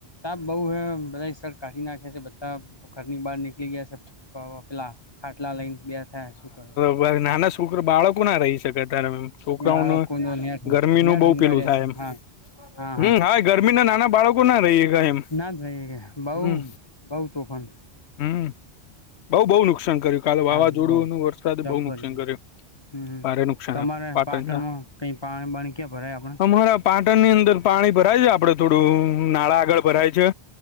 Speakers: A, on the left; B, on the left.
A: તાપ બહુ હૈ બધાએ શર્ટ કાઢી નાખે છે બધા પ ઘરની બહાર નીકલી ગયા સે અઅ પેલા ખાટલા લઈને બેઠા છે શું કરે
B: બરનાનસ છોકરા બાળકો ના રહી શકે ત્યારે એમ છોકરાઓનું
A: બાળકો નો નેટ
B: ગરમીનું
A: નેટ
B: બ‌ઉ
A: ઊંગાડ્યા
B: પેલું થાય
A: છે
B: એમ
A: હા હા
B: હમ્મ હા ગરમીનાં નાના બાળકો ના રહી હકાય એમ
A: ના જઈ હકે બઉ
B: હમ
A: બઉ તોફાન
B: હમ બ‌ઉ બહુ નુકસાન કર્યું કાલે વાવાઝોડું
A: હા બઉ
B: ન વરસાદ
A: જબ્બર
B: બઉ નુકસાન
A: છે
B: કર્યું.
A: હમ
B: ભારે નુકસાન
A: તમારે
B: <unintelligible> પાટણના
A: પાટણમાં કઈ પાણી બાણી ક્યાં ભરાય આપણે
B: અમારા પાટણની અંદર પાણી ભરાય છે આપડે થોડું અ નાળા આગળ ભરાય છે